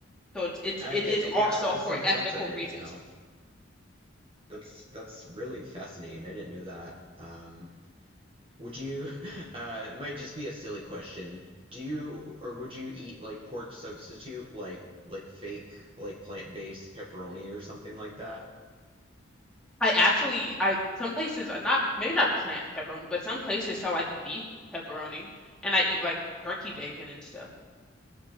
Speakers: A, in the centre; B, on the right.
A: so it's it's
B: I
A: it
B: did,
A: is also
B: yeah, that's
A: for
B: something
A: ethical
B: else I didn't
A: reasons
B: know. That's that's really fascinating. I didn't know that. Um, Would you, uh, it might just be a silly question. Do you, or would you eat like pork substitute, like like fake, like plant-based pepperoni or something like that?
A: I actually I some places are not maybe not plant pepperoni, but some places sell like beef pepperoni, and I eat like turkey bacon and stuff.